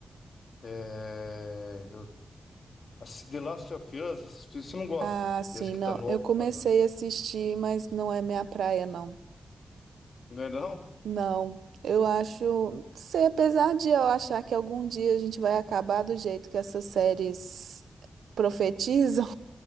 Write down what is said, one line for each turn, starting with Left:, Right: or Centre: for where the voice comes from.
Left: É... eu- a S- The Last of Us, se- você não gosta.
Right: Ah, sim,
Left: Essa que
Right: não.
Left: tá nova
Right: Eu comecei
Left: agora, não.
Right: a assistir, mas não é minha praia, não.
Left: Não é não?
Right: Não. Eu acho, sei, apesar de eu achar que algum dia a gente vai acabar do jeito que essas séries profetizam,